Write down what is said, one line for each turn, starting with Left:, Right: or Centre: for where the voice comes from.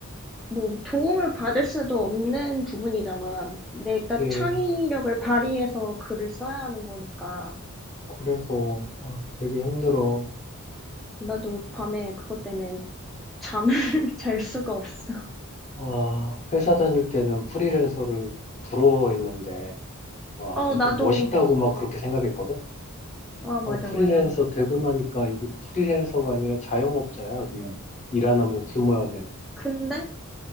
Centre: 뭐 도움을 받을 수도 없는 부분이잖아. 내가
Left: 예.
Centre: 창의력을 발휘해서 글을 써야 하는 거니까.
Left: 그래서, 아, 되게 힘들어.
Centre: 나도 밤에 그것 때문에 잠을 <laughs> 잘 수가 없어.
Left: 아, 회사 다닐 때는 프리랜서를 부러워했는데, 와,
Centre: 어,
Left: 뭐
Centre: 나도.
Left: 좀 멋있다고 막 그렇게 생각했거든?
Centre: 아, 맞아,
Left: 아, 프리랜서
Centre: 맞아.
Left: 되고 나니까 이게 프리랜서가 아니라 자영업자야, 그냥. 일 안 하면 굶어야 되는.
Centre: 근데,